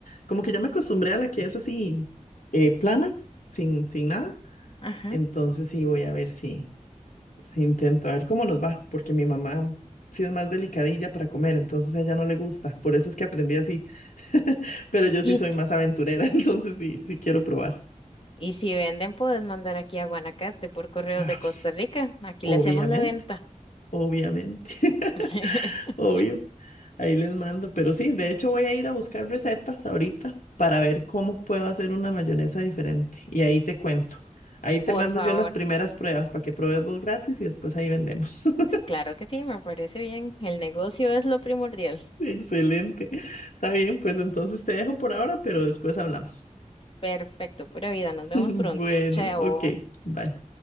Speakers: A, on the left; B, on the left.
A: como que ya me acostumbré a la que es así eh, plana, sin, sin nada.
B: Ajá.
A: Entonces sí, voy a ver si. Sí, intento a ver cómo nos va, porque mi mamá sí es más delicadilla para comer, entonces a ella no le gusta, por eso es que aprendí así, pero yo
B: Y
A: sí soy
B: si,
A: más aventurera, <laughs> entonces sí, sí quiero probar.
B: y si venden, puedes mandar aquí a Guanacaste por correos
A: Ah,
B: de Costa
A: pues,
B: Rica, aquí
A: obviamente,
B: le hacemos la venta.
A: obviamente, <laughs>
B: <laughs>
A: obvio. Ahí les mando, pero sí, de hecho voy a ir a buscar recetas ahorita para ver cómo puedo hacer una mayonesa diferente y ahí te cuento. Ahí te
B: Por
A: mando
B: favor.
A: yo las primeras pruebas para que pruebes vos gratis y después ahí vendemos. <laughs>
B: Claro que sí, me parece bien. El negocio es lo primordial.
A: Excelente. Está bien, pues entonces te dejo por ahora, pero después hablamos.
B: Perfecto, pura vida. Nos
A: <laughs>
B: vemos pronto.
A: Bueno,
B: Chao.
A: ok, bye.